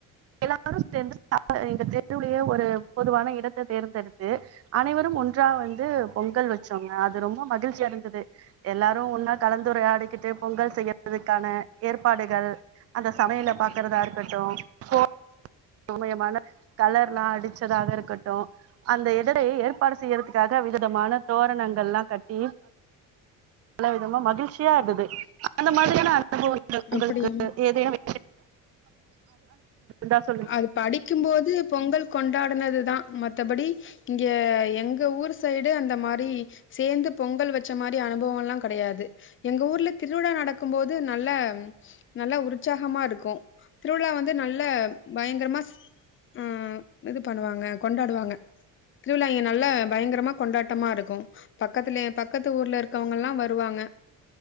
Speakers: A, on the right; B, on the left.
A: எல்லாரு சேர்ந்துடாங்க எங்க தெருவுலயே ஒரு பொதுவான இடத்த தேர்ந்தெடுத்து அனைவரும் ஒன்றாக வந்து பொங்கல் வச்சோங்க அது ரொம்ப மகிழ்ச்சியா இருந்தது எல்லாரு ஒன்னா கலந்துரையாடி கிட்டு பொங்கல் செய்யறதுக்கான ஏற்பாடுகள் அந்த சமையல பாக்குறதா இருக்கட்டு போ
B: <inaudible>
A: சமயமான கலர் எல்லா அடிச்சதாக இருக்கட்டும் அந்த இடரை ஏற்பாடு செய்யறதுக்காக விவிதமான தோரணங்கள்லா கட்டி பல விதமா மகிழ்ச்சியா இருந்தது அந்த மாதிரியான அனுபவ உங்க உங்களுக்கு
B: அப்படியாமா
A: எதேனோ வே தா <inaudible>
B: அது படிக்கும்போது பொங்கல் கொண்டாடுனதுதா மத்தபடி இங்க எங்க ஊர் சைடு அந்த மாரி சேந்து பொங்கல் வச்ச மாரி அனுபவல்லா கெடையாது எங்க ஊர்ல திருவிழா நடக்கும்போது நல்ல நல்ல உற்சாகமா இருக்கு ந்து நல்ல பயங்கரமா ம் இது பண்ணுவாங்க கொண்டாடுவாங்க திருவிழா இங்க நல்லா பயங்கரமா கொண்டாட்டமா இருக்கு பக்கத்துலே பக்கத்து ஊர்ல இருக்கவங்கல்லா வருவாங்க